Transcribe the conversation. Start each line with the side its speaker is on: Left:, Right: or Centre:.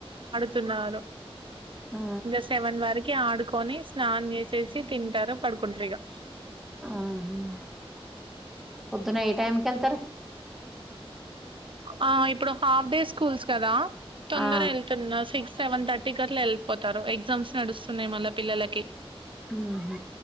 Right: తున్నారు
Centre: ఆ
Right: ఇంకా సెవెన్ వరకి ఆడు కొని స్నానం చేసేసి తింటారు పడుకుంటరు ఇగా
Centre: ఆ హ్ పొద్దున ఏ టైం కి వెళ్త
Right: ఆ ఇప్పుడు హాఫ్ డే స్కూల్స్ కదా తొందర
Centre: ఆ
Right: వెళ్తున్నా సిక్స్ సెవెన్ తర్టీకి అట్ల వెళ్ళిపోతరు ఎగ్జామ్స్ నడుస్తున్నాయి మళ్ళ పిల్లలకి
Centre: మ్మ్